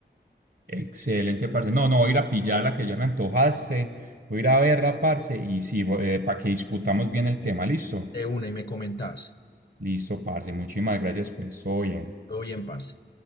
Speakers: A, on the right; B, on the left.
A: Excelente, parce. No, no, voy a ir a pillarla que ya me antojaste. Voy a ir a verla, parce. Y sí, para que discutamos bien el tema. ¿Listo?
B: De una y me comentás.
A: Listo, parce. Muchísimas gracias, pues. Todo bien.
B: Todo bien, parce.